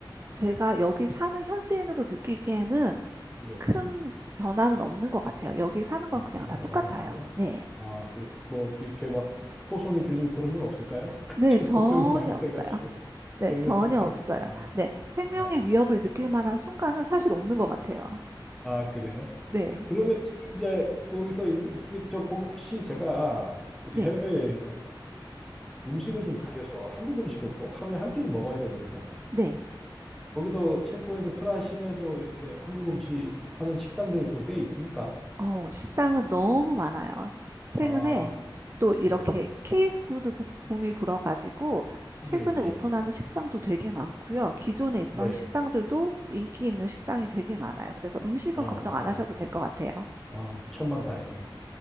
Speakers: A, on the right; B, in the centre.
A: 제가 여기 사는 현지인으로 느끼기에는
B: 예.
A: 큰 변화는 없는 것 같아요. 여기 사는
B: 아,
A: 건 그냥
B: 큰
A: 다
B: 변화는
A: 똑같아요.
B: 없고요.
A: 네.
B: 아, 그, 뭐, 이렇게 막 포송이 들리고 그런 건 없을까요? <laughs>
A: 네,
B: 그
A: 전혀
B: 걱정이 많이
A: 없어요.
B: 돼가지고 <laughs>
A: 네,
B: 전혀
A: 전혀
B: 없어요.
A: 없어요.
B: 아,
A: 네, 생명의
B: 아,
A: 위협을 느낄 만한 순간은 사실 없는 것 같아요.
B: 아, 그래요?
A: 네,
B: 그러면 지금 이제 거기서 있, 있으면 저 거기 혹시 제가 어디
A: 네,
B: 해외에 가- 음식을 좀 가려서 한국 음식을 꼭 하루에 한 끼는 먹어야 되거든요.
A: 네.
B: 거기도 체코에도 프라하 시내도 이렇게 한국 음식 하는 식당들이 좀 꽤 있습니까?
A: 어, 식당은 너무 많아요. 최근에
B: 아,
A: 또 이렇게
B: 예,
A: K푸드 붐이 불어가지고 최근에
B: 예,
A: 오픈하는
B: 예,
A: 식당도 되게 많고요. 기존에 있던
B: 네.
A: 식당들도 인기 있는 식당이 되게 많아요. 그래서 음식은
B: 아,
A: 걱정
B: 그래요.
A: 안 하셔도 될 것 같아요.
B: 아, 천만 다행이네.